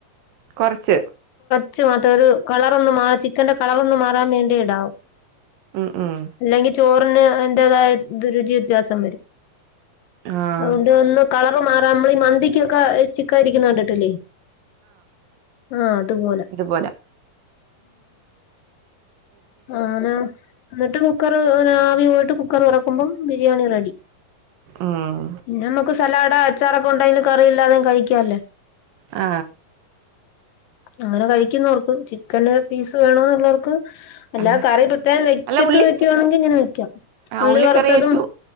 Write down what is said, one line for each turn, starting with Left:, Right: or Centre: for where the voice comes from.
Right: കുറച്ച്
Left: കുറച്ച് മാത്രം ഒരു കളറ ഒന്നും മാ ചിക്കന്റെ കളറൊന്നും മാറാൻ വേണ്ടി ഇടാവും
Right: ഉം ഉം
Left: അല്ലെങ്കിൽ ചോറിന് അറതായ രുചി വ്യത്യാസം വരും
Right: ആഹ്
Left: അതുകൊണ്ട് ഒന്ന് കളർ മാറാൻ നമ്മള ഈ മന്തിക്കൊക്കെ ചിക്കായിരിക്കുന്നെ കണ്ടിട്ടില്ലേ ആ അതുപോലെ
Right: അതുപോലെ
Left: ആനെ എന്നിട്ട് കുക്കർ ആവി പോയിട്ട് കുക്കർ തുറക്കുമ്പം ബിരിയാണി റെഡി
Right: ഉം
Left: പിന്നെ നമ്മുക്ക് സലാഡ് അച്ചാറൊക്കെ ഉണ്ടെങ്കിൽ കറിയില്ലാതെും കഴിക്കല്ലേ
Right: ആ
Left: അങ്ങനെ കഴിക്കുന്നവർക്ക് ചിക്കൻ പീസ് വേണന്നുള്ളവർക്ക് എല്ലാ
Right: അല്ല
Left: കറി പ്രത്യേകം വെച്ചിട്ട്
Right: അല്ല ഉള്ളി
Left: വയ്ക്കുവാണെങ്കി ഇങ്ങനെ വെക്കാം
Right: ആഹ്
Left: ഉള്ളി
Right: ഉള്ളിക്കറി
Left: വറുത്തതും
Right: വെച്ചു